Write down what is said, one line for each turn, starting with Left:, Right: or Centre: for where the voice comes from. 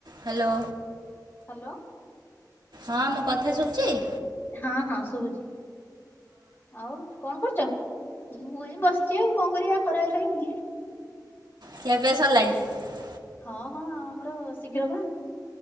Right: ହ୍ୟାଲୋ।
Left: ହ୍ୟାଲୋ।
Right: ହଁ ମୋ କଥା ଶୁବୁଛି।
Left: ହଁ ହଁ ଶୁଭୁଛି ଆଉ କଣ କରୁଛ ମୁଁ ଏଇ ବସି ଚି ଆଉ କଣ କରିବା ଖରା ବେଳ ଟାଇମ୍
Right: କେବେ ସରିଲା କି?
Left: ହଁ ହଁ ଆମର ଶୀଘ୍ର ବା